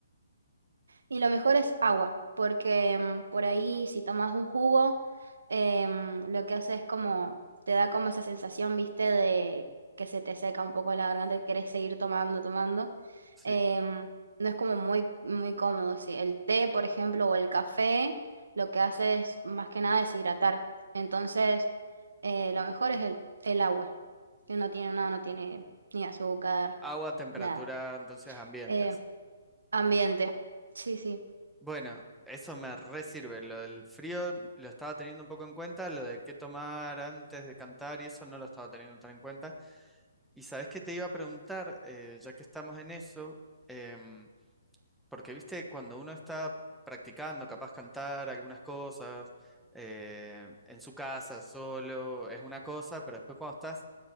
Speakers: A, on the right; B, in the centre.
A: Y lo mejor es agua, porque mm, por ahí si tomas un jugo, em, lo que hace es como, te da como esa sensación, viste, de que se te seca un poco la garganta y querés seguir tomando, tomando.
B: Sí,
A: Em, no es como muy, muy cómodo, sí. El té, por ejemplo, o el café, lo que hace es más que nada deshidratar. Entonces, eh, lo mejor es el, el agua, que no tiene nada, no tiene ni azúcar,
B: agua, temperatura,
A: nada.
B: entonces ambiente,
A: Eh,
B: así.
A: ambiente, sí, sí.
B: Bueno, eso me re sirve. Lo del frío lo estaba teniendo un poco en cuenta, lo de qué tomar antes de cantar y eso no lo estaba teniendo tan en cuenta. Y sabes que te iba a preguntar, Eh, ya que estamos en eso, em, Porque, viste, cuando uno está practicando, capaz cantar algunas cosas, eh, en su casa, solo, es una cosa, pero después cuando estás